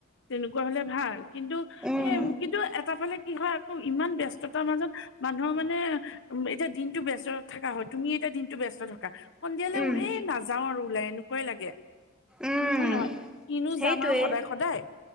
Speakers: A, on the left; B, in the centre.
A: তেনেকুৱা হলে ভাল কিন্তু
B: উম,
A: এ কিন্তু এটা ফালে কি হয় আকৌ ইমান ব্যস্ততাৰ মাজত মানুহৰ মানে উম, এতিয়া দিন টো ব্যস্ত থকা হয় তুমি এতিয়া দিনটো ব্যস্ত থকা সন্ধিয়ালে
B: উম।
A: উৰে নাযাও আৰু ওলাই এনুক ক লাগে।
B: উম,
A: হয় নহয় কিনো
B: সেইটোৱে
A: যাম আৰু সদায় - সদায়।